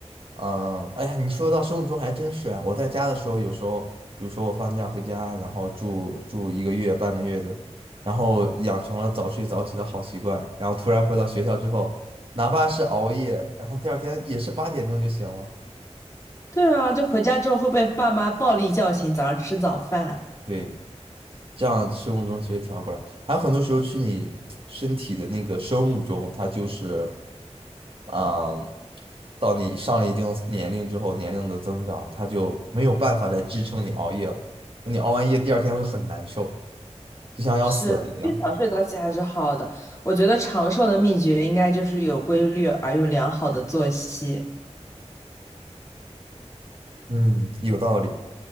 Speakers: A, on the right; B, on the left.
A: 嗯，哎呀，你说到生物钟还真是啊。我在家的时候，有时候，比如说我放假回家，然后住住一个月、半个月的，然后养成了早睡早起的好习惯，然后突然回到学校之后，哪怕是熬夜，然后第二天也是八点钟就醒了。
B: 对啊，就回家之后会被爸妈暴力叫醒，早上吃早饭。
A: 对，这样生物钟其实调过来，还有很多时候是你身体的那个生物钟，它就是。嗯，到你上了一定年龄之后，年龄的增长，它就没有办法再支撑你熬夜了。你熬完夜，第二天会很难受，就像要死了一样。
B: 是，越早睡早起还是好的。我觉得长寿的秘诀应该就是有规律而又良好的作息。
A: 嗯，有道理。